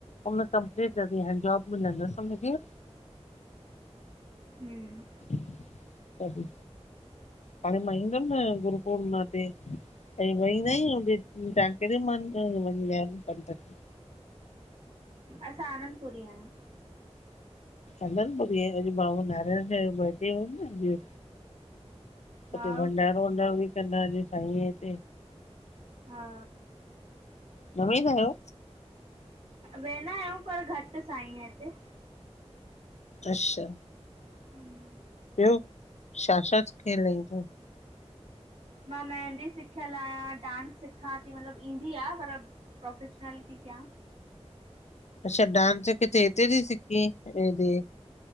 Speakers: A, on the left; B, on the right.
A: उन कंप्लीट कयो तई हाणे जॉब मिलंदसि
B: हम्म।
A: तॾिहं हांणे मां इंदम न गुरू पूर्णिमा ते। कॾिहं वई न आहीं होॾे तव्हां कहिड़े म <unintelligible> संत खे?
B: असां आनंदपुरी आहियुं।
A: अनंदपुरी आहियो, अॼु बाबा नारायण शाह जो बर्डे हो न। अॼु
B: हा
A: उते भंडारो वंडारो भी कंदा साई
B: हा
A: न वेंदा आहियो?
B: वेंदा आहियूं पर, घट साईं हिते।
A: अच्छा।
B: हम्म।
A: ॿियो छा-छा सिखियल आहीं तूँ?
B: मां मेहदी सिखियल आहियां, डांस सिखां थी मतलब ईंदी आ पर प्रोफेशनालिट ती किया।
A: अच्छा डांस किथे, हिते ती सिखी हेॾ?